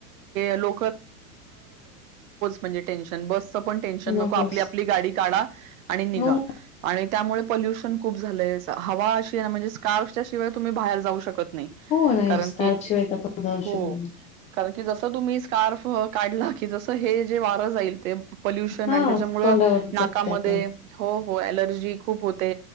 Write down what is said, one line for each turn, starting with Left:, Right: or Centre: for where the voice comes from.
Right: लो म्हजे टेन्शन ब े नक
Left: नकोच
Right: आप आप गाडी काढा निघा
Left: हो
Right: त्या पोल्युशन खूप झालंय हवा अशी म्हणजे स्कार्सच्याशिवाय तुम्ही बाहेर जाऊ शकता नाही
Left: हो नाही
Right: कारण
Left: स्कार्फ
Right: क
Left: शिवाय तर आपण जाऊ
Right: हो
Left: शकत नाही
Right: कार.. की जसं तुम्ही स्कार्फ काढला की जसं हे जे वारं जाईल ते.. पल्युशन
Left: हा
Right: आणि त्याच्यामुळं
Left: तोंडावर
Right: नाकामध्ये
Left: जगते आपण
Right: हो.. हो अलर्जी खूप होते.